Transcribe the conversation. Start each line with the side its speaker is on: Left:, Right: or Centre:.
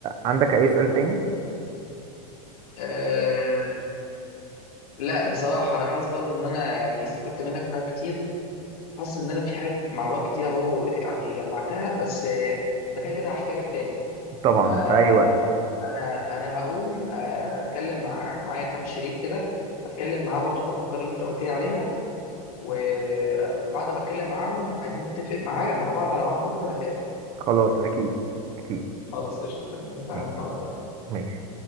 Right: عندك أي سؤال تاني؟
Left: أه لا بصراحة أنا حاسس برضو إن أنا يعني استفدت منك حاجات كتير حاسس إن أنا في حاجات معلومات كتير أهو يعني جمعتها بس آه، أنا كده كده هحتاجك تاني
Right: طبعا
Left: فأنا
Right: في أي وقت
Left: أنا انا هقوم آه، أتكلم مع معايا كام شريك كده أتكلم معاه برضو في الأفكار اللي أنت قلت لي عليها وبعد ما اتكلم معاهم عايزين نتفق معاه مع بعض على ميعاد بكره نتقابل
Right: خلاص أكيد أكيد
Left: خلاص قشطه تمام اتفقنا
Right: ماشي
Left: انا هقوم بقى
Right: ماشي